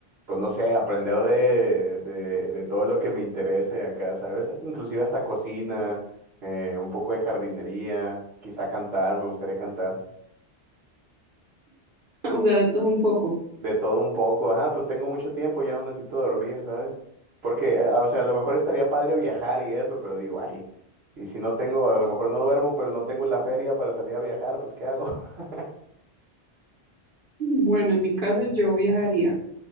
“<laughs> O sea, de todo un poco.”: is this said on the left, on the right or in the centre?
Right